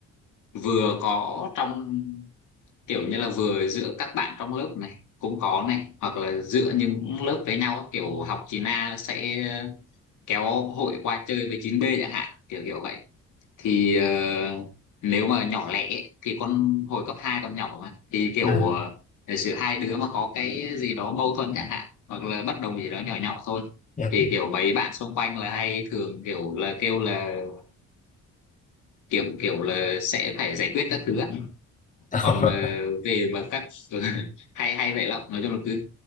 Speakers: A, on the left; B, on the left.
A: vừa có trong kiểu như là vừa giữa các bạn trong lớp này cũng có này hoặc là giữa những lớp với nhau á, kiểu học chín a sẽ kéo hội qua chơi với chín b chẳng hạn kiểu kiểu vậy thì ờ, nếu mà nhỏ lẻ ấy, thì con hồi cấp 2 còn nhỏ mà thì kiểu
B: ừ
A: ờ, giả sử hai đứa mà có cái gì đó mâu thuẫn chẳng hạn hoặc là bất đồng gì đó nhỏ nhỏ thôi
B: <laughs>
A: thì
B: dạ.
A: kiểu mấy bạn xung quanh là hay thường kiểu là kêu là kiểu kiểu là sẽ phải giải quyết các thứ á
B: Ờ,
A: còn mà về mà các <laughs> hay hay vậy lắm nói chung là cứ